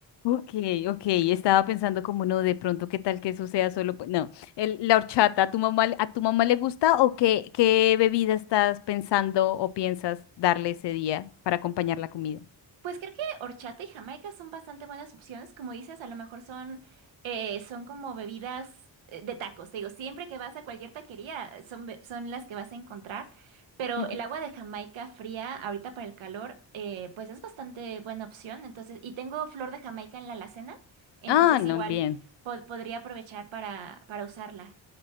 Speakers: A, on the left (about 60°); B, on the right (about 75°).
A: Ok, ok, estaba pensando como no, de pronto qué tal que eso sea solo, pues, no, el- la horchata, ¿a tu mamá, a tu mamá le gusta o qué, qué bebida estás pensando o piensas darle ese día para acompañar la comida?
B: Pues creo que horchata y jamaica son bastante buenas opciones, como dices, a lo mejor son, eh, son como bebidas eh, de tacos, te digo, siempre que vas a cualquier taquería eh, son, be- son las que vas a encontrar, pero
A: Ujú.
B: el agua de Jamaica fría ahorita para el calor, eh, pues es bastante buena opción, entonces, y tengo flor de Jamaica en la alacena, entonces
A: Ah, no,
B: igual
A: bien.
B: po- podría aprovechar para, para usarla.